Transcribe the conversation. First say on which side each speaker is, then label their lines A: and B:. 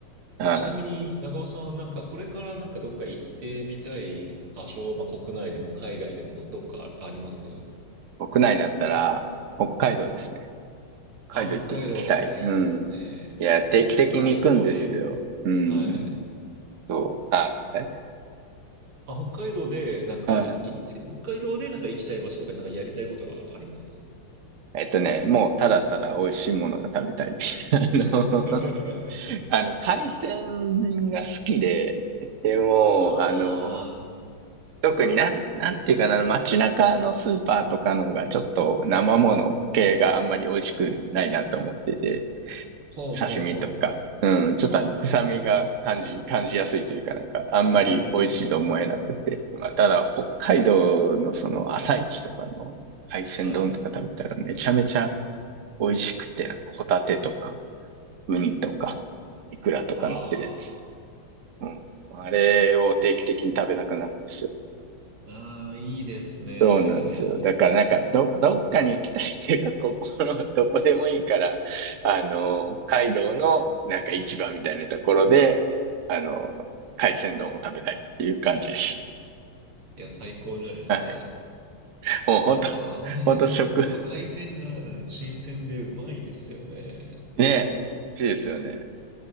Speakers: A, on the right; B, on the right.
A: は
B: え、ちなみに、長尾さん、なんかこれからなんかどっか行ってみたい場所、まあ、国内でも海外でもどっかあります
A: い。国内だったら、北海道ですね。カ海道行って行きたい。
B: あ、北海道、いや、
A: うん。
B: いいっすね。
A: いや、定期的に行くんですよ。
B: 北海道で、
A: うん。
B: はい。
A: そう。あ、ごめんなさい。
B: あ、北海道で、なんか、
A: はい。
B: 行って、北海道で、なんか行きたい場所とか、なんかやりたいことがあります
A: えっとね、もうただただ美味しいものが食べたい。<laughs> あの、
B: <laughs>
A: <laughs> あの、海鮮が好きで、でも、
B: ああ、
A: あの、特になん、なんていうかな、街中のスーパーとかのがちょっと生もの系があんまり美味しくないなと思ってて。
B: ほうほうほうほう。
A: 刺身とか、うん、ちょっとあの、
B: はい。
A: 臭みが感じ、感じやすいというか、なんか、あんまり美味しいと思えなくて。
B: うんうんうんうんうん。
A: まあ、ただ、北海道のその、朝市とかの海鮮丼とか食べたらめちゃめちゃ
B: はい。
A: 美味しくて、あのホタテとか、ウニとか、イクラとか乗ってるやつ。
B: あ
A: うん。あれを定期的に食べたくなるんですよ。
B: ーあー、いいですね。
A: そうなんですよ。だからなんかど、どっかに行きたいっていうか、<laughs> ここ、のどこでもいいから、あの、北海道のなんか市場みたいなところで、あの、海鮮丼を食べたいっていう感じです。
B: いや、最高じゃないですか。
A: はい。もう本当、
B: やっぱあの辺、
A: <laughs> 本当食、
B: やっぱ海鮮が、うん、新鮮でうまいですよね。
A: ねえ、美味しいですよね。